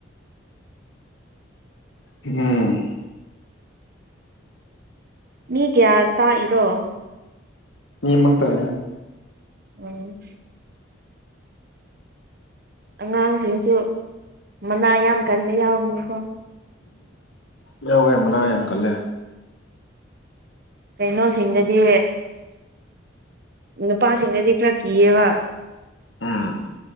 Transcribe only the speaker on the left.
ꯎꯝ
ꯌꯦ ꯃꯥ ꯇꯥ
ꯌꯥꯎ ꯍꯦ ꯃꯅꯥ ꯌꯥꯝ ꯀꯜꯂꯦ
ꯎꯝ